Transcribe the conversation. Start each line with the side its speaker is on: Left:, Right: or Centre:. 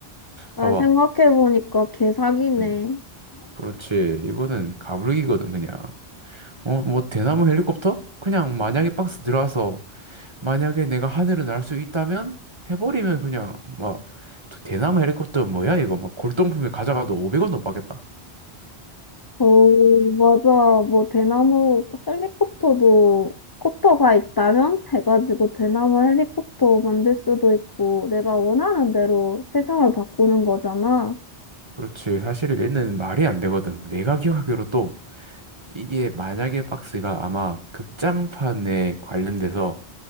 Left: 아,
Right: 봐봐.
Left: 생각해보니까 개사기네.
Right: 음. 그렇지. 이거는 가불기거든 그냥. 어, 뭐 대나무 헬리콥터? 그냥 만약에 박스 들어와서 만약에 내가 하늘을 날 수 있다면 해버리면 그냥 막 대나무 헬리콥터 뭐야 이거 막 골동품에 가져가도 500원도 못 받겠다.
Left: 오, 맞아. 뭐, 대나무 헬리콥터도, 콥터가 있다면? 해가지고 대나무 헬리콥터 만들 수도 있고, 내가 원하는 대로 세상을 바꾸는 거잖아.
Right: 그렇지. 사실 얘는 말이 안 되거든. 내가 기억하기로 또 이게 만약에 박스가 아마 극장판에 관련돼서